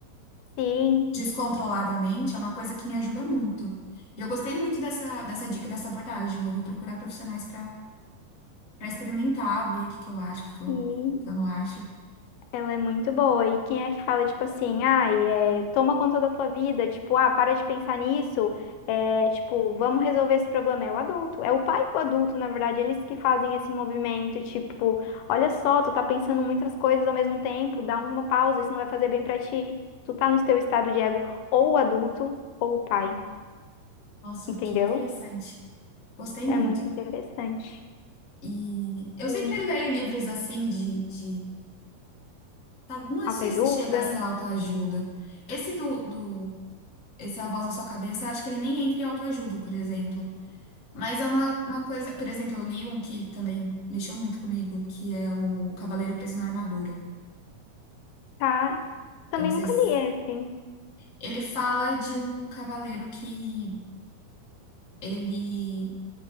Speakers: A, on the left; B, on the left.
A: Sim,
B: descontroladamente, é uma coisa que me ajuda muito. E eu gostei muito dessa, dessa dica, dessa abordagem. Eu vou procurar profissionais para experimentar, ver o que que eu acho, o que que eu,
A: sim.
B: o que eu não acho.
A: Ela é muito boa. E quem é que fala, tipo assim, ai, é, toma conta da tua vida, tipo, ah, para de pensar nisso, é, tipo, vamos resolver esse problema. É o adulto, é o pai e o adulto, na verdade, eles que fazem esse movimento, tipo, olha só, tu tá pensando muitas coisas ao mesmo tempo, dá uma pausa, isso não vai fazer bem pra ti. Tu tá no teu estado de ego, ou o adulto, ou o pai,
B: Nossa,
A: entendeu?
B: que interessante. Gostei muito.
A: É muito interessante.
B: E eu
A: E
B: sempre leio livros assim de, de... tal- Não
A: autoajuda,
B: sei se chega a ser autoajuda. Esse do, do... Esse A Voz na Sua Cabeça, eu acho que ele nem entra em autoajuda, por exemplo. Mas é uma, uma coisa... Por exemplo, eu li um que também mexeu muito comigo, que é o Cavaleiro Preso na Armadura.
A: tá? Também
B: Eu não sei
A: nunca
B: se...
A: li esse,
B: Ele fala de um cavaleiro que ele